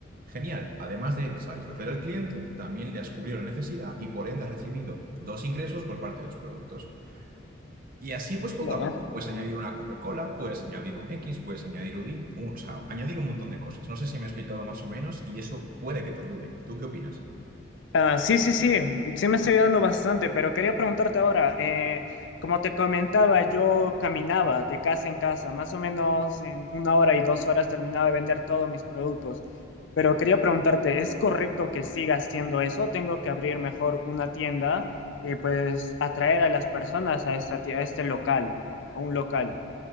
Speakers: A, on the right; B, on the left.
A: Genial. Además de satisfacer al cliente, también le has cubrido la necesidad y por ende has recibido dos ingresos por parte de los productos. Y así, pues poco
B: Claro.
A: a poco, puedes añadir una Coca-Cola, puedes añadir un X, puedes añadir un Y, un, o sea, añadir un montón de cosas. No sé si me he explicado más o menos y eso puede que te ayude. ¿Tú qué opinas?
B: Ah, sí, sí, sí, sí me estoy ayudando bastante, pero quería preguntarte ahora, eh, como te comentaba, yo caminaba de casa en casa, más o menos en una hora y dos horas terminaba de vender todos mis productos, pero quería preguntarte, ¿es correcto que siga haciendo eso? ¿Tengo que abrir mejor una tienda y pues atraer a las personas a esta, tie- a este local, a un local?